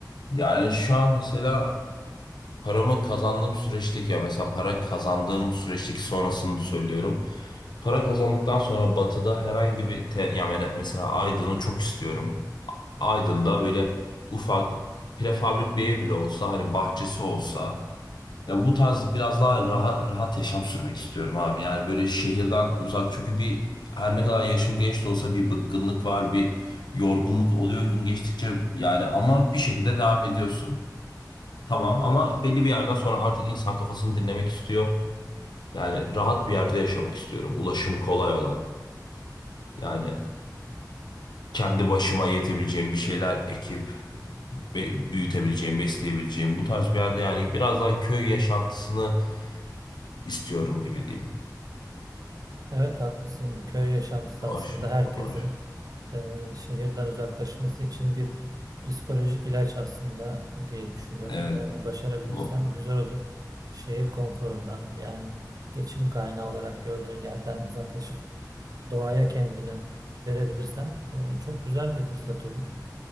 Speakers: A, on the left (about 85°); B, on the right (about 60°).
A: Yani şu an mesela paramı kazandığım süreçteki ya mesela para kazandığım süreçteki sonrasını söylüyorum. Para kazandıktan sonra Batı'da herhangi bir te- ya mele- mesela Aydın'ı çok istiyorum. Aydın'da böyle ufak prefabrik bir ev bile olsa hani bahçesi olsa ya bu tarz biraz daha rahat, rahat yaşam sürmek istiyorum abi. Yani böyle şehirden uzak çünkü bir her ne kadar yaşım genç de olsa bir bıkkınlık var, bir yorgunluk oluyor gün geçtikçe yani ama bir şekilde devam ediyorsun. Tamam ama belli bir yerden sonra artık insan kafasını dinlemek istiyor. Yani rahat bir yerde yaşamak istiyorum. Ulaşımı kolay olan. Yani kendi başıma yetebileceğim bir şeyler ekip be- büyütebileceğim, besleyebileceğim bu tarz bir yerde yani biraz daha köy yaşantısını istiyorum gibi diyeyim.
B: Evet haklısın. Köy yaşantısı
A: Hoş,
B: aslında herkesin
A: hoş.
B: e, şehirden uzaklaşması için bir psikolojik ilaç aslında diye düşünüyorum.
A: Evet.
B: Yani başarabilirsen
A: Bu,
B: güzel olur. Şehir konforundan yani geçim kaynağı olarak gördüğün yerden uzaklaşıp doğaya kendini verebilirsen e, çok güzel bir fırsat olur.